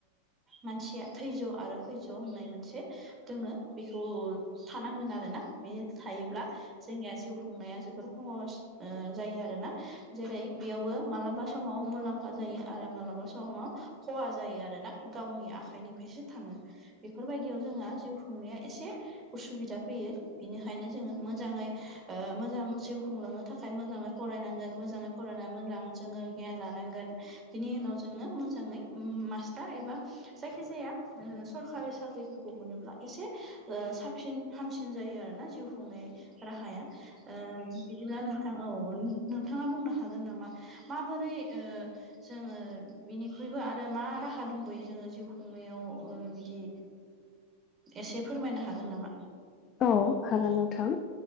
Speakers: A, on the right; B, on the left.
A: मानसिया थैज' आरो खैज्य' होननाय मोनसे दोङो बेखौ थानांगोन आरोना बे थायोब्ला जोंनिया जिउ खुंनाया जोबोर सहस जायो आरोना जेरै बेयाव मालाबा समाव मुलाम्फा जायो आरो मालाबा समाव खहा जायो आरो ना गावनि आखाइनिफ्रायसो थाङो बेफोरबायदियाव जोंहा जिउ बुंंनाया एसे उसुबिदा फैयो बिनिखायनो जोङो मोजाङै मोजां जिउ खुंलांनो थाखाय मोजाङै फरायनांगोन मोजाङै फरायना मोजां जोङो गियान लानांगोन बिनि उनाव जोङो मोजाङै मास्टार एबा जायखिजाया सरकारि साख्रि खौ मोनोब्ला एसे साबसिन हामसिन जायो आरोना जिउ खुंनाय राहाया ओ बिदिब्लानो नोंथां औ नोंथाङा बुंनो हागोन नामा माबोरै जोङो बिनिख्रुइबो आरो मा राहा दंबयो जोङो जिउ खुंनायाव बिदि एसे फोरमायनो हागोन नामा
B: औ हागोन नोंथां